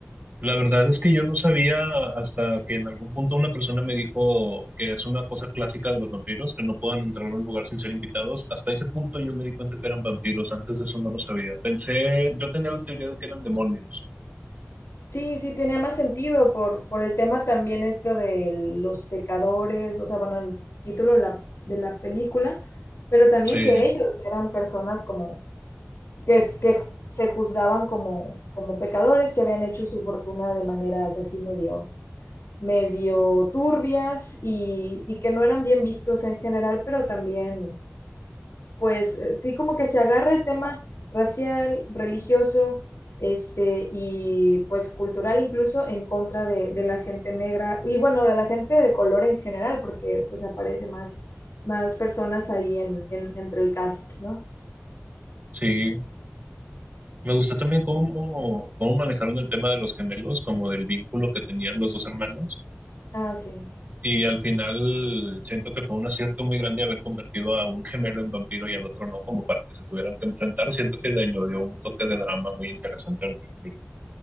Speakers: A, on the right; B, on the left.
A: La verdad es que yo no sabía hasta que en algún punto una persona me dijo que es una cosa clásica de los vampiros, que no puedan entrar a un lugar sin ser invitados. Hasta ese punto yo me di cuenta que eran vampiros, antes de eso no lo sabía. Pensé, yo tenía la teoría de que eran demonios.
B: Sí, sí, tenía más sentido por, por el tema también esto de los pecadores, o sea, bueno, el título de la, de la película, pero también
A: Sí,
B: que ellos eran personas como, que, es- que ju- se juzgaban como, como pecadores, que habían hecho su fortuna de maneras así medio, medio turbias y, y que no eran bien vistos en general, pero también pues eh, sí como que se agarra el tema racial, religioso, este, y pues cultural incluso en contra de, de la gente negra y bueno, de la gente de color en general, porque pues aparece más, más personas ahí en, en- entre el cast, ¿no?
A: sí. Me gustó también cómo, cómo manejaron el tema de los gemelos, como del vínculo que tenían los dos hermanos.
B: Ah, sí.
A: Y al final siento que fue un acierto muy grande haber convertido a un gemelo en vampiro y al otro no, como para que se tuvieran que enfrentar. Siento que le añadió un toque de drama muy interesante a la película.